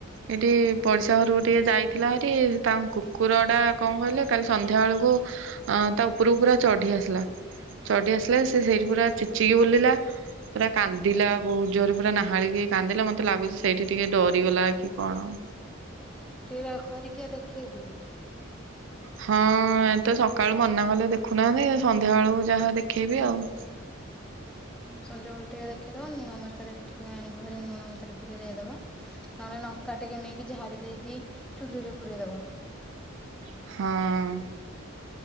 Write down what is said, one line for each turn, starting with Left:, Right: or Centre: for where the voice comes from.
Right: ଏଠି। ପଡ଼ିଶା ଘରକୁ ଟିକେ ଯାଇଥିଲା ହାରି ତାଙ୍କ କୁକୁରଟା କଣ କହିଲେ କାଲି ସନ୍ଧ୍ୟା ବେଳକୁ। ଅ ତା ଉପରକୁ ପୁରା ଚଢି ଆସିଲା। ଚଢି ଆସିଲା ସେ ସେଇଠି ପୁରା ଚିଚିକି ବୁଲିଲା ପୁରା କାନ୍ଦିଲା। ବହୁତ ଜୋର ପୁରା ନାହାଳିକି କାନ୍ଦିଲା ମତେ ଲାଗୁଛି ସେଇଠି ଟିକେ ଡରିଗଲା କି କଣ।
Centre: ଟିକ ଖରିକିଆ ଦେଖେଇ ଦିଅ।
Right: ହଁ ଏ ତ ସକାଳୁ ମନା କଲେ ଦେଖୁନାହାନ୍ତି ସନ୍ଧ୍ୟା ବେଳୁ ଯାହା ଦେଖେଇବି ଆଉ।
Centre: ହଁ ସଞ୍ଜ ବେଳେ ଟିକେ ଦେଖେଇଦବ ଲୁଣ ମନ୍ତୁରେ କି ଟିକେ ଆଣିବା ଭାରି ଲୁଣ ମନ୍ତୁରେ କି ଟିକେ ଦେଇଦବ। ନହେଲେ ଲଙ୍କା ଟିକେ ନେଇକି ଝାଡି ଦେଇକି ଚୁଲିରେ ପୁରରେଇ ଦବ।
Right: ହଁ।